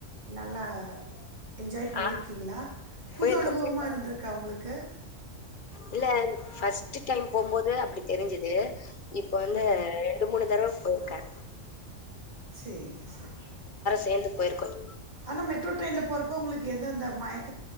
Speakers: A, on the right; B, on the left.
A: நல்லா என்ஜாய் பண்ணிருக்கீங்களா
B: ஆ
A: புது
B: போயிருக்கேன்,
A: அனுபவமா
B: போயிருக்கேன்.
A: இருந்திருக்கா உங்களுக்கு
B: இல்ல ஃபஸ்ட்டு டைம் போம்போது அப்டி தெரிஞ்சது இப்போ வந்து
A: ஆ
B: ரெண்டு மூணு தடவ போர்க்க
A: சேரி சேரி
B: சேர்ந்து போயிருக்கோம்.
A: ஆனா மெட்ரோ ட்ரெயின்ல போறப்போ உங்களுக்கு ஏதும் அந்த மயக்